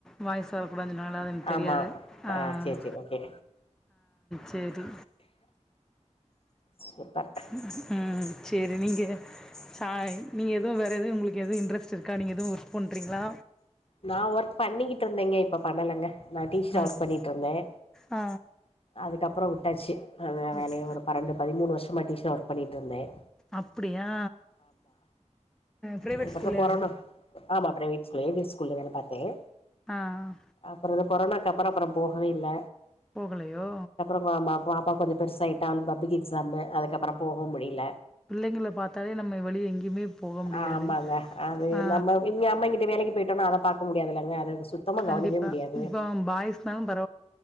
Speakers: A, in the centre; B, on the left.
A: வாய்ஸ் வரக்கூடாதுன்னு சொன்னாங்களா எனக்கு
B: ஆமா
A: தெரியாது ஆஹ்
B: ஆ சேரி சேரி ஓகே
A: சேரி
B: சூப்பர்
A: உம் சேரி நீங்க ச நீங்க எதுவும் வேற எதுவும் உங்களுக்கு எதுவும் இன்ட்ரெஸ்ட் இருக்கா நீங்க எதுவும் ஒர்க் பண்ணறீங்களா
B: நான் ஒர்க் பண்ணிக்கிட்டு இருந்தேங்க இப்ப பண்ணலைங்க நான் டீச்சரா
A: பண்ணுங்க
B: ஒர்க் பண்ணிட்டு இருந்தேன்
A: ஆ
B: அதுக்கப்பறம் விட்டாச்சு
A: விட்
B: வேலைய ஒரு பன்னெண்டு பதிமூணு வருஷமா டீச்சரா ஒர்க் பண்ணிட்டு இருந்தேன்
A: அப்டியா பிரைவேட்
B: அதுக்கப்புறோ
A: ஸ்கூல்லய
B: கொரோனா
A: அது
B: ஆமா பிரைவேட் ஸ்கூல் ஏபி ஸ்கூல்ல வேலை பாத்தேன்
A: ஆஹ்
B: அப்பறம் அது கொரோனக்கு அப்பறம் அப்பறம் போகவே இல்ல
A: போகலையோ
B: ஆமா பாப்பா கொஞ்சம் பெருசாகிட்டானு பப்ளிக்கு எக்ஸாமு அதுக்கப்பறம் போகவும் முடியல
A: பிள்ளைங்கள பாத்தாலே நம்ம வெளிய எங்கேயுமே போக முடியாது
B: ஆமாங்க அது
A: ஆ
B: நம்ம இங்க அம்மா கிட்ட வேலைக்கு போயி விட்டோனா அத பாக்க முடியாது இல்லங்க அத சுத் சுத்தமா
A: கண்டிப்பா
B: கவனிக்கவே முடியாது
A: இப்போ பாய்ஸ்னாலும்